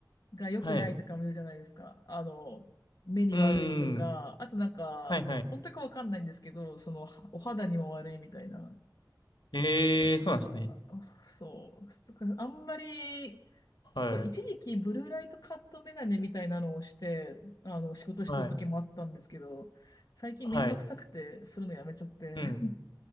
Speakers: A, on the left; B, on the left.
A: が良くないとかも言うじゃないですか。
B: はい。
A: あの、目に悪いとか、
B: うん。
A: あとなんか、
B: はいはい。
A: 本当かわかんないんですけど、その、はお肌にも悪いみたいな。
B: ええー、そうなんですね。
A: なんか、あそう、そっかあんまり、
B: はい。
A: そう、一時期ブルーライトカットメガネみたいなのをして、あの、仕事してた時もあったんですけど、
B: はい。
A: 最近めんどくさくて、
B: はい。
A: するのやめちゃって。
B: うん。
A: <laughs>